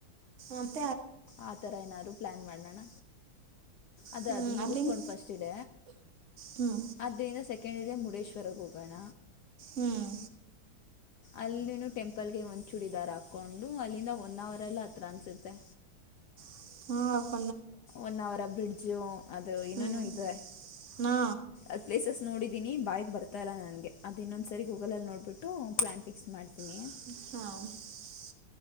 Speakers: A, on the right (about 40°); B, on the left (about 65°).
A: ಹ್ಮ್
B: ಆ ತರ ಏನಾದಾರರು ಪ್ಲಾನ್ ಮಾಡೋಣ ಅದ
A: ಹ್ಞೂ
B: ಅದು ಮುಗಿಸಸ್ಕೊಂಡ್
A: ಅಲ್ಲಿಂದ
B: ಫಸ್ಟ್ ಇಡ
A: ಹ್ಞೂ
B: ಅದ್ರಂದ ಕೆಳಜ ಮುಡೇಶ್ವರ ಹೋಗಣ
A: ಹ್ಮ್
B: ಅಲ್ಲಿ ಟೆಂಪಲ್ಗೆ ಒಂದು ಚೂಡಿದಾರ ಹಾಕ್ಕೊಂಡು ಅಲ್ಲಿಂದ ಒಂದು ಅವರೆ ಎಲ್ಲ ಹತ್ರಿ ಅನ್ಸುತ್ತೆ
A: ಹ್ಮ್
B: ಒನ್ ಅವರ್ ಅಬ್ಬಿಡ್ ಜ ಅದು ಇನ್ನನುೋ
A: ಹ್ಞೂ
B: ಇದೆ
A: ಹಾ
B: ಅ್ ಪ್ಲೇಸಸ್ ನೋಡಿದ್ದೀನಿ ಬಾಯಕ್ ಬರ್ ಲ್ಲ ನನ್ಗೆ ಅದು ಇನ್ನೊಂದಸರಿ ಗೂಗಲ್ ಅ ನೋಡ್ಬಿಟ್ಟು ಪ್ಲಾನ್ ಫಿಕ್ಸ್ ಮಾಡತೀನಿ
A: ಹ್ಮ